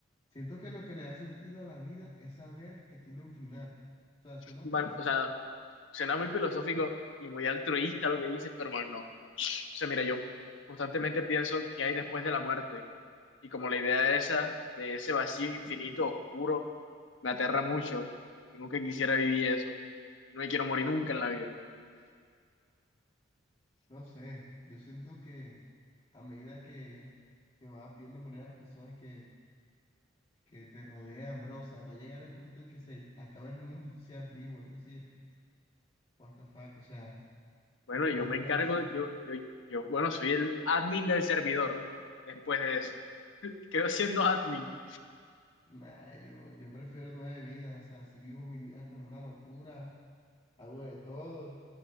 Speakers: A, on the left; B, on the left.
A: Siento que lo que le da sentido a la vida es saber que tiene un final. O sea, suena
B: Man,
A: filosófico.
B: o sea, suena muy filosófico y muy altruista lo que dices, pero man, no. O sea, mira, yo constantemente pienso qué hay después de la muerte. Y como la idea esa, de ese vacío infinito, oscuro, me aterra mucho. Yo nunca quisiera vivir eso. No me quiero morir nunca en la vida.
A: No sé, yo siento que a medida que, que vas viendo morir a las personas que, que te rodean, bro, o sea, va a llegar el punto en que se acabe el mundo y tú seas vivo. Es decir, what the fuck, o sea,
B: Bueno, yo
A: vas
B: me
A: a quedar
B: encargo,
A: so-
B: yo, yo, yo, bueno, soy el admin del servidor después de eso. Quedo siendo admin.
A: Nah, yo, yo prefiero nueve vidas, o sea, si vivo mi vida como una locura, hago de todo,